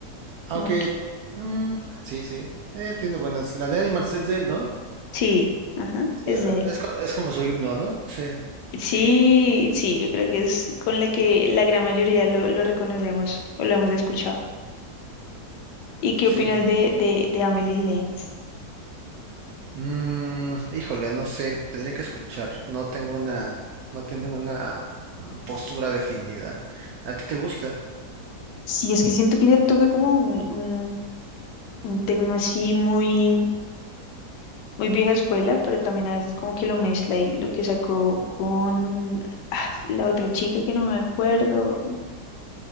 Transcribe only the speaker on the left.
Ok.
Sí, ajá,
es
de él.
Sí, sí, yo creo que es con la que la gran mayoría lo, lo reconocemos o lo hemos escuchado. ¿Y qué
opinas de, de, de Amelie Lenz?
Sí, es que siento que ella toca como un, un, un tecno así muy, muy vieja escuela, pero también a veces como que lo mezcla y lo que sacó con ay, la otra chica que no me acuerdo,